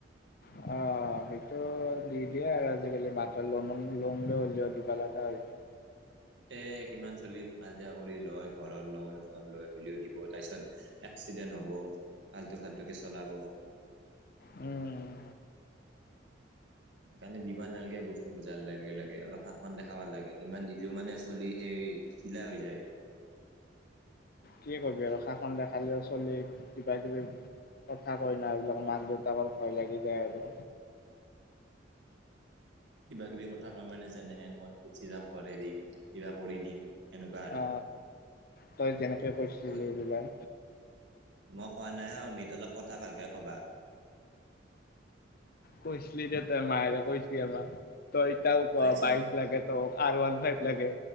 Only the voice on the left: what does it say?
অ সেইটো দি দিয়ে আৰু আজিকালি মাকৰ লোন লৈ হলেও দিব লাগা হৈ যায়।
উম।
কি কৰিবি আৰু শাসন দেখালেও চলি কিবা কিবি কথা কৈ না, এইবিলাক মাক দেউতাকক ভয় লাগি যায় আৰু।
অ
তই যেনেকে কৈছিলি
এইবিলাক
কৈছিলি যে তই মায়েৰে কৈছিলি আমাৰ তই এতিয়া
বাইক লাগে ত আৰু ফাইভ লাগে